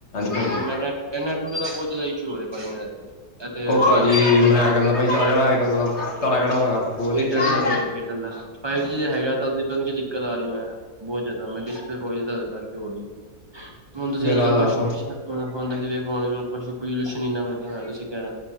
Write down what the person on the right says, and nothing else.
ਹਾਂਜੀ
ਨੈਟਵਰਕ ਦਾ ਬਹੁਤ ਜ਼ਿਆਦਾ ਇਸ਼ੂ ਹੋ ਰਿਹਾ
ਰੇਂਜ
ਨੀ ਆਉਂਦੀ,
ਏਅਰਟੈਲ
ਦਾ
ਫਾਈਵ ਜੀ ਦਾ ਹੈਗਾ ਪਤਾ ਦਿੱਕਤ ਆ ਰਹੀ ਮੈਂ ਬਹੁਤ ਜਿਆਦਾ ਮੈਂ ਡਿਸਪਲੇ ਰੋਜ ਤਾਂ ਕਰਕੇ ਹੋ ਰਹੀ ਹੈ ਹੁਣ ਤੁਸੀਂ
ਅੱਜ ਕੱਲ੍ਹ ਪਸ਼ੂ
ਪੁਸ਼ੁ ਹੁਣ ਹੁਣ ਤੁਸੀਂ ਵੇਖ ਲੋ, ਪਲਊਸ਼ਨ ਇਨਾ ਵਧੀਆ ਤੁਸੀਂ ਕਹਿੰਨਾ